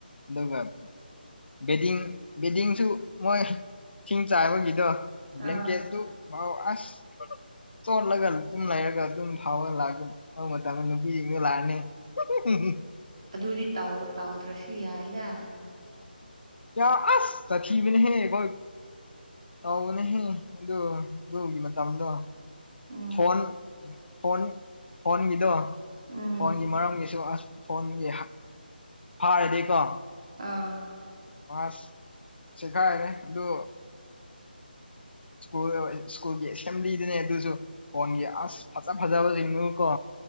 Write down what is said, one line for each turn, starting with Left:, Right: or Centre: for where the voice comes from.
Left: ꯑꯗꯨꯒ ꯕꯦꯗꯤꯡ ꯕꯦꯗꯤꯡꯁꯨ ꯃꯣꯏ ꯊꯤꯡ ꯆꯥꯏꯕꯒꯤꯗꯣ ꯕ꯭ꯂꯦꯡꯀꯦꯠꯇꯨꯥꯎ
Right: ꯑꯥ
Left: ꯑꯁ ꯆꯣꯠꯂꯒ ꯑꯗꯨꯝ ꯂꯩꯔꯒ ꯑꯗꯨꯝ ꯐꯥꯎꯒ ꯂꯥꯛꯑꯒ ꯑꯗꯨ ꯃꯇꯝꯗ ꯅꯨꯄꯤ ꯌꯦꯡꯅ ꯂꯥꯛꯑꯅꯤ ꯍꯍꯍꯨꯝꯍꯨꯝ
Right: ꯑꯗꯨꯗꯤ ꯇꯧ ꯇꯧꯗ꯭ꯔꯁꯨ ꯌꯥꯏꯗ
Left: ꯑ ꯑꯁ ꯇꯊꯤꯕꯅꯤꯍꯦ ꯈꯣꯏ ꯇꯧꯕꯅꯦꯍꯦ ꯑꯗꯨ ꯑꯗꯨꯒꯤ ꯃꯇꯝꯗꯣ
Right: ꯎꯝ
Left: ꯐꯣꯟ ꯐꯣꯟ ꯐꯣꯟꯒꯤꯗꯣ
Right: ꯎꯝ
Left: ꯐꯣꯟꯒꯤ ꯃꯔꯝꯒꯤꯁꯨ ꯑꯁ ꯐꯣꯟꯒꯤ ꯐꯥꯔꯗꯤꯀꯣ
Right: ꯑꯥ
Left: ꯑꯁ ꯆꯦꯈꯥꯏꯒ꯭ꯔꯦ ꯑꯗꯨ ꯁꯀꯨꯜ ꯁ꯭ꯀꯨꯜꯒꯤ ꯑꯦꯁꯦꯝꯕ꯭ꯂꯤꯗꯨꯅꯦ ꯑꯗꯨꯁꯨ ꯐꯣꯟꯒꯤ ꯑꯁ ꯐꯖ ꯐꯖꯕ ꯁꯤꯡꯗꯨꯒꯀꯣ